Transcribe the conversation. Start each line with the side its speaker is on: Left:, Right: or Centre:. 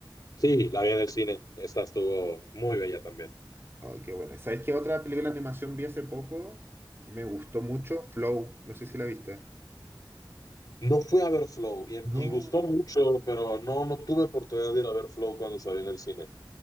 Left: Sí, la vi en el cine. Esta estuvo muy bella también.
Right: Ay, qué buena. ¿Sabes qué otra película de animación vi hace poco y me gustó mucho? Flow, no sé si la viste.
Left: No fui a ver Flow y,
Right: No.
Left: y gustó mucho, pero no, no tuve oportunidad de ir a ver Flow cuando salió en el cine.